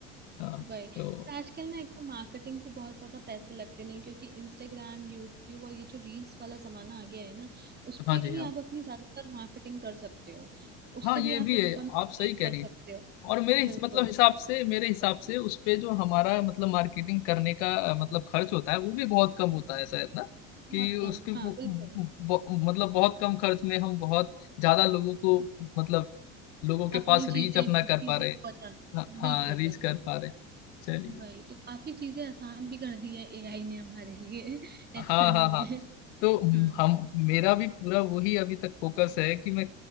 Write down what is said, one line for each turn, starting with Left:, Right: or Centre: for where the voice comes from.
Left: हाँ
Right: वही और
Left: तो
Right: आजकल ना एक तो मार्केटिंग पे बहुत ज्यादा पैसे लगते नहीं क्योंकि इंस्टाग्राम यूट्यूब और ये जो रील्स वाला जमाना आ गया है ना उस
Left: हाँ
Right: पे
Left: जी
Right: ही
Left: हाँ
Right: आप अपनी ज्यादातर मार्केटिंग कर सकते हो तो उससे
Left: हाँ ये
Right: भी
Left: भी
Right: आप इनकम
Left: है
Right: जनरेट
Left: आप सही कह
Right: कर
Left: रही हैं
Right: सकते हो
Left: और मेरे हिस-
Right: बिल्कुल
Left: मतलब हिसाब से मेरे हिसाब से उस पे जो हमारा मतलब मार्केटिंग करने का अ, मतलब खर्च होता है वो भी बहुत कम होता है शायद ना
Right: बहुत
Left: कि उसके
Right: कम
Left: वो-
Right: हाँ बिल्कुल
Left: वो- वो- मतलब बहुत कम खर्च में हम बहुत ज्यादा लोगों को मतलब लोगों के
Right: अपनी
Left: पास रीच
Right: चीजें
Left: अपना
Right: चीजें
Left: कर पा रहे
Right: पहुंचा
Left: हैं
Right: सकते
Left: हाँ
Right: हो। बिल्कुल
Left: हाँ रीच
Right: बिल्कुल
Left: कर पा रहे हैं चलिए
Right: वही तो काफी चीजें आसान भी कर दी है एआई ने हमारे लिए <laughs>
Left: हाँ
Right: ऐसा नहीं
Left: हाँ हाँ
Right: है
Left: तो
Right: हाँ
Left: हम मेरा भी पूरा वही अभी तक फोकस है कि मैं